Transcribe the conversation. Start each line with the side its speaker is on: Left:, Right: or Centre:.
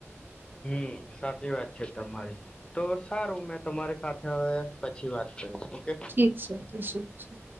Left: હમ સાચી વાત છે તમારી તો સારું મેં તમારી સાથે હવે પછી વાત કરીશ ઓકે
Right: ઠીક છે જય શ્રી